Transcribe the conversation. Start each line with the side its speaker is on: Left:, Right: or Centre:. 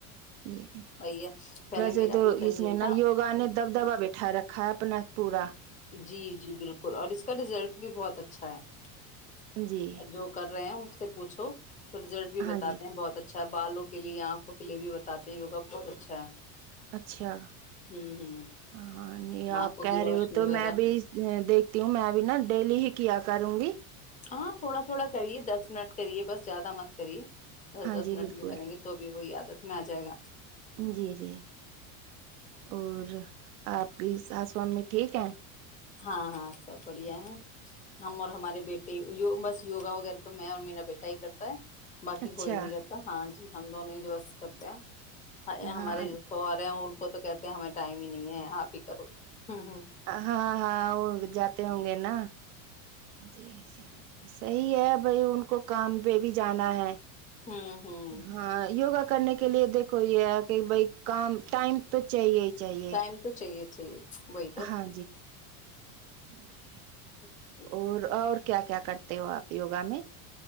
Right: جی
Left: وہی ہے پہلے
Right: ویسے
Left: میرا
Right: تو
Left: بھی سیم
Right: اس سنے
Left: یہی
Right: نا
Left: تھا
Right: یوگا نے دب دب ا بیٹھا رکھا اپنا پورا
Left: جی جی بالکل اور اس کا ریزلٹ بھی بہت اچھا ہے
Right: جی
Left: جو کر رہے ہیں سے پوچھو تو ریزل بھی
Right: ہاں
Left: باتے
Right: جی
Left: بہت اچھا اچھا ہے بالوں کے لیے آنکھوں کے لیے بھی بتاتے ہیں وگا بہت اچھا ہے
Right: اچھا
Left: ہوں ہوں
Right: ہاں نہیں
Left: آنکھوں
Right: آپ کہہ
Left: کی
Right: رہے
Left: روشنی
Right: ہو تو
Left: وغیرہ
Right: میں بھی دیکھتی ہوں میں ا بھی نا ڈیلی ہی کیا کروں گی
Left: ہاں تھوڑا تھوڑا کریے دس منٹ کریے بس زیادہ مت کریے دس
Right: ہاں
Left: دس
Right: جی
Left: منٹ
Right: بالکل
Left: میں کریں گے تو بھی وہ یاد آتا ہے میں آ جائے گا
Right: جی جی اور آپ کی سس وام میں ٹھیک ہیں
Left: ہاں ہاں سب بڑھیا ہے ہم اور ہمارے بیٹے بس یوگا وغیرہ تو میں اور میرا بیٹا ہی کرتا ہے باقی
Right: اچھا
Left: کوئی نہیں کرتا ہاں جی ہم دونوں ہی ج بس کرتے ہیں
Right: ہاں
Left: ہمارے جو سوہرے ہیں وہ کو تو کہتے ہیں ہمیں ٹائم ہی نہیں ہے آپ ہی کرو ہوں ہوں
Right: ہاں ہاں وہ جاتے ہوں گے نا جی صحیح ہے بائی ان کو کام بی بی جان بھی ہے
Left: ہوں ہوں
Right: ہاں یوگا کرنے کے لیے دیکھو یہ کہ بھائی کام ٹائم تو چاہیے چاہیے
Left: ٹائم تو چاہیے تھا چیے بئی تو
Right: ہاں جی
Left: تو
Right: اور اور کیا کیا کرتے ہو آپ یوگا میں